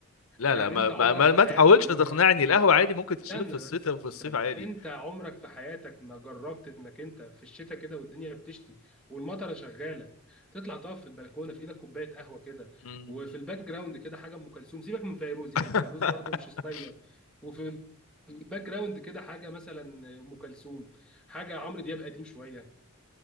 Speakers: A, on the left (about 70°); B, in the centre.
A: لا
B: يعني
A: لا ما
B: انت
A: ما
B: عمرك
A: ما,
B: في
A: ما
B: حياتك
A: تحاولش
B: ما
A: تقنعني
B: جر...
A: القهوة عادي ممكن تشرب
B: استنى
A: في الشتاء
B: بس
A: وفي
B: استنى
A: الصيف عادي
B: انت عمرك في حياتك ما جربت انك انت في الشتاء كده والدنيا بتشتي والمطره شغاله تطلع تقف في البلكونه في ايدك كوبايه قهوه كده
A: مم.
B: وفي الباك جراوند كده حاجه ام كلثوم سيبك من فيروز يعني
A: <laughs>
B: فيروز برضو مش ستايل أوي. وفي الباك جراوند كده حاجه مثلا ام كلثوم حاجه عمرو دياب قديم شويه